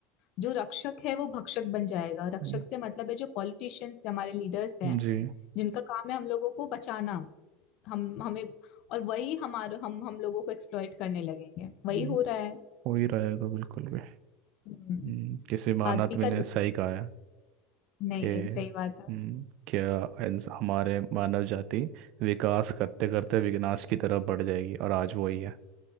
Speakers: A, on the left; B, on the right.
A: जो रक्षक है वो भक्षक बन जाएगा रक्षक
B: हम्म,
A: से मतलब है जो पॉलिटिशियंस हमारे लीडर्स हैं
B: जी
A: जिनका काम है हम लोगों को बचाना हम हमें और वही हमारे हम हम लोगों को एक्सप्लॉइट करने लगेंगे वही
B: हम्म,
A: हो रहा है
B: हो ही रहा है तो बिल्कुल भी
A: हम्म
B: हम्म, किसी महान
A: आदमी का
B: ने सही कहा है
A: नहीं
B: कि
A: नहीं सही बात है
B: हम्म, क्या इंस- हमारे मानव जाति विकास करते करते विनाश की तरफ बढ़ जाएगी और आज वही है